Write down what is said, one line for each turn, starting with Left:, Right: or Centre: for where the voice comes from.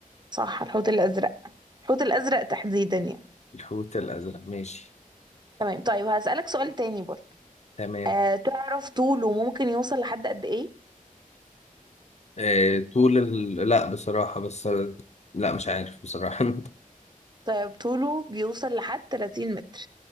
Right: صح الحوت الأزرق الحوت الأزرق تحديدا يعني
Left: الحوت الازرق ماشي
Right: تمام طيب هسألك سؤال تاني برضه
Left: تمام
Right: أه تعرف طوله ممكن يوصل لحد قد إيه؟
Left: آه، طول ال... لا بصراحة بس لا مش عارف بصراحة <laughs>
Right: طيب طوله بيوصل لحد 30 متر